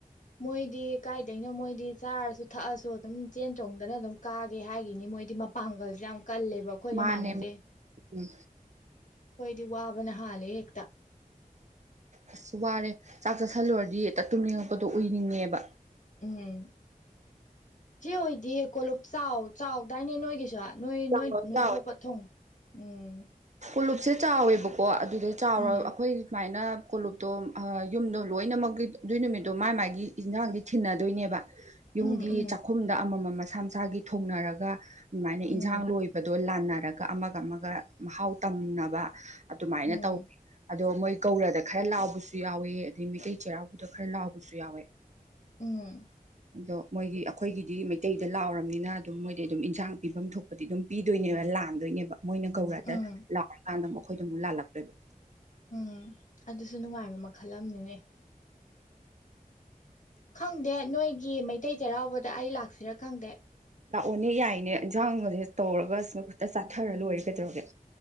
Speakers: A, on the left; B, on the right.
A: ꯃꯣꯏꯗꯤ ꯀꯥꯏꯗꯩꯅꯣ ꯃꯣꯏꯗꯤ ꯆꯥꯔꯁꯨ ꯊꯛꯑꯁꯨ ꯑꯗꯨꯝ ꯆꯦꯟ ꯆꯣꯡꯗꯅ ꯑꯗꯨꯝ ꯀꯥꯒꯦ ꯍꯥꯏ ꯅꯤ ꯃꯣꯏꯗꯤ ꯃꯄꯥꯡꯒꯜꯁꯨ ꯌꯥꯝ ꯀꯜꯂꯦꯕ ꯑꯩꯈꯣꯏꯒ
B: ꯃꯥꯅꯦ
A: ꯃꯥꯟꯅꯗꯦ
B: ꯎꯝ
A: ꯑꯩꯈꯣꯏꯗꯤ ꯋꯥꯕꯅ ꯍꯥꯂꯦ ꯍꯛꯇ
B: ꯑꯁ ꯋꯥꯔꯦ ꯆꯥꯛ ꯆꯥꯁꯜꯂꯨꯔꯗꯤ ꯍꯛꯇ ꯇꯨꯝꯅꯤꯡꯉꯛꯄꯗꯣ ꯎꯏꯅꯤꯡꯉꯦꯕ
A: ꯎꯝ ꯆꯦ ꯍꯣꯏꯗꯤ ꯀꯣꯂꯨꯞꯞ ꯆꯥꯎ ꯆꯥꯎꯗꯥꯏꯅꯦ ꯅꯣꯏꯒꯤꯁꯨ ꯅꯣꯏ
B: ꯆꯥꯎꯔꯣ
A: ꯅꯣꯏ ꯅꯣꯏ
B: ꯆꯥꯎꯔꯣ
A: ꯊꯣꯛꯄ ꯊꯣꯡꯉꯣ ꯎꯝ
B: ꯐꯜꯂꯨꯞꯁꯦ ꯆꯥꯎꯋꯦꯕꯀꯣ ꯑꯗꯨꯗ ꯆꯥꯎꯔ
A: ꯎꯝ
B: ꯑꯩꯈꯣꯏ ꯁꯨꯃꯥꯏꯅ ꯀꯣꯂꯨꯞꯇꯣ ꯌꯨꯝꯗꯣ ꯂꯣꯏꯅꯃꯛꯀꯤ ꯑꯗꯨꯏ ꯅꯨꯃꯤꯠꯇꯣ ꯃꯥꯥꯏ ꯃꯥꯒꯤ ꯌꯦꯟꯁꯥꯡꯗꯤ ꯊꯤꯟꯅꯗꯣꯏꯅꯦꯕ ꯌꯨꯝꯒꯤ
A: ꯎꯝ ꯎꯝ
B: ꯆꯥꯛꯈꯨꯝꯗ ꯑꯃꯃꯝ <unintelligible> ꯃꯁꯥ ꯃꯁꯥꯒꯤ ꯊꯣꯡꯅꯔꯒ ꯑꯗꯨꯃꯥꯏꯅ
A: ꯎꯝ
B: ꯏꯟꯁꯥꯡ ꯂꯣꯏꯕꯗꯣ ꯂꯥꯟ ꯅꯔꯒ ꯑꯃꯒ ꯑꯃꯒ ꯃꯍꯥꯎ ꯇꯥꯪꯅꯕ ꯑꯗꯨꯃꯥꯏꯅ
A: ꯎꯝ
B: ꯇꯧꯋ ꯑꯗꯣ ꯃꯣꯏ ꯒꯧꯔꯗ ꯈꯔ ꯂꯥꯎꯕꯁꯨ ꯌꯥꯎꯋꯦ ꯑꯗꯩ ꯃꯤꯇꯩꯩ ꯆꯩꯔꯥꯎꯕꯗ ꯈꯔ ꯂꯥꯎꯕꯁꯨ ꯌꯥꯎꯋꯦ
A: ꯎꯝ
B: ꯑꯗꯣ ꯃꯣꯏꯒꯤ ꯑꯩꯈꯣꯏꯒꯤꯗꯤ ꯃꯩꯇꯩꯗ ꯂꯥꯎꯔꯕꯅꯤꯅ ꯑꯗꯨꯝ ꯃꯣꯏꯗꯤ ꯑꯗꯨꯝ ꯏꯟꯁꯥꯡ ꯄꯤꯐꯝ ꯊꯣꯛꯄꯗꯤ ꯑꯗꯨꯝ ꯄꯤꯗꯣꯏꯅꯦꯕ ꯂꯥꯟꯗꯣꯏꯅꯦꯕ ꯃꯣꯏꯅ ꯀꯧ <unintelligible>
A: ꯎꯝ
B: ꯂꯥꯎꯔꯀꯥꯟꯗ ꯑꯃꯨꯛ ꯑꯩꯈꯣꯏꯅ ꯑꯃꯨꯛ ꯂꯥꯜꯂꯛꯇꯣꯏꯕ
A: ꯎꯝ ꯑꯗꯨꯁꯨ ꯅꯨꯡꯉꯥꯏꯕ ꯃꯈꯜ ꯑꯃꯅꯤꯅꯦ ꯈꯪꯗꯦ ꯅꯣꯏꯒꯤ ꯃꯩꯇꯩ ꯆꯩꯔꯥꯎꯕꯗ ꯑꯩ ꯂꯥꯛꯁꯤꯔꯥ ꯈꯪꯗꯦ
B: ꯂꯥꯛꯑꯣꯅꯦ ꯌꯥꯏꯅꯦ ꯏꯟꯁꯥꯡꯁꯦ ꯇꯧꯔꯒ <unintelligible> ꯆꯥꯊꯔ ꯂꯣꯏꯔꯦ ꯀꯩꯗꯧꯔꯒꯦ